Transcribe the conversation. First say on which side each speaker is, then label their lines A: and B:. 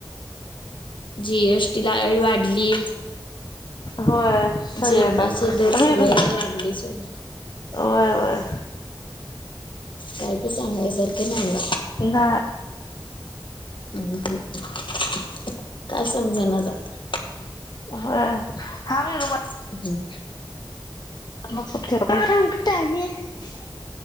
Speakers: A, on the left; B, on the left.
A: जीएसटी ला वाढली
B: होय सज
A: जेवणाचे
B: येत
A: दर सगळ्याच
B: मरू
A: वाढले सोड
B: होय वय
A: काय ते सांगायसारखं नाही
B: बाा
A: ह् काय समजण जात
B: ह हा मी रुमा
A: हम्म
B: घता आहे <unintelligible>